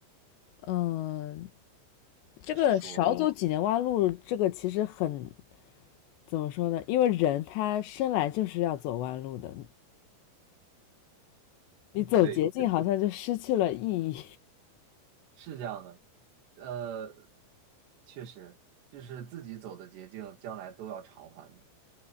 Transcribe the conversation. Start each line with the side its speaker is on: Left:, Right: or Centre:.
Left: 嗯，这个少走几年弯路，
Right: 还是说，
Left: 这个其实很，怎么说呢？因为人他生来就是要走弯路的，你走捷径好像就失去了意义。
Right: 对对，是这样的，呃，确实就是自己走的捷径，将来都要偿还的。